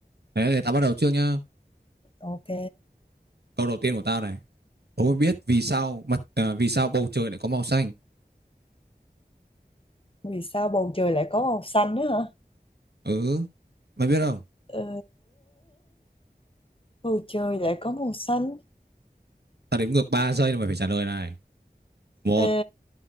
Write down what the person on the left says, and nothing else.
ok.
Vì sao bầu trời lại có màu xanh nữa hả?
Ờ, bầu trời lại có màu xanh.
Ờ,